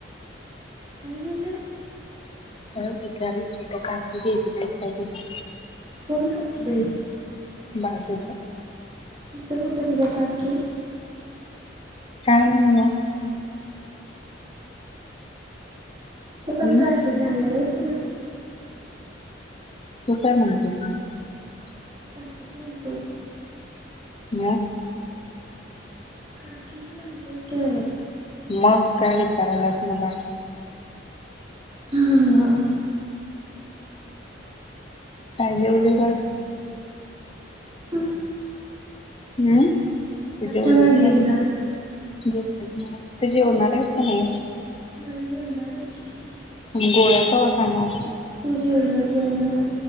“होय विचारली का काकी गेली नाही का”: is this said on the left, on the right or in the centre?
Left